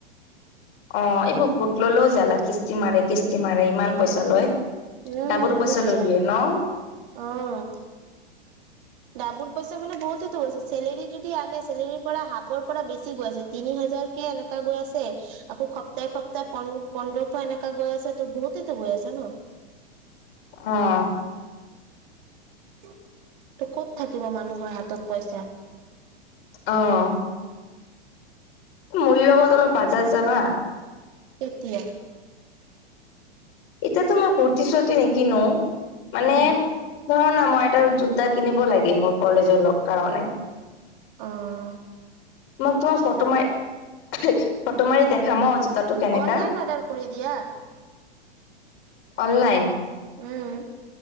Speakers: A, on the left; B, on the right.
A: অ', এইবোৰ গোট ল'লেও জালা কিস্তি মাৰে- কিস্তি মাৰে ইমান পইচা লয়।
B: উম
A: ডাবুল
B: বহুত
A: পইচা ল'লিয়ে
B: যায়
A: ন।
B: অ ডাবুল পইচা মানে বহুটো গৈছে চেলেৰী যদি আহে চেলেৰী পৰা হাফৰ পৰা বেছি গৈ আছে তিনি হাজ যাৰ কে এনেকা গৈ আছে আকৌ সপ্তাহে সপ্তাহে প পন্ধৰশ এনেকা গৈ আছে তো বহুতে টো আছে ন।
A: অ'।
B: ত' ক'ত থাকিব মানুহৰ হাতত পইচা।
A: অ'। মোৰ লগত অলপ বাজাৰ যাবা।
B: এতিয়া।
A: এতিয়াতো মই কুৰ্তি চুৰ্তি নিকিনো মানে
B: উম
A: ধৰা না মই এটা জোতা কিনিব লাগে মোৰ কলেজৰ লগ কাৰণে।
B: অ'।
A: মই তোমাৰ ফটো মাৰি ফটো মাৰি দেখাম জোতাটো কেনেকা
B: অনলাইন অৰ্ডাৰ কৰি দিয়া।
A: অনলাইন।
B: উম।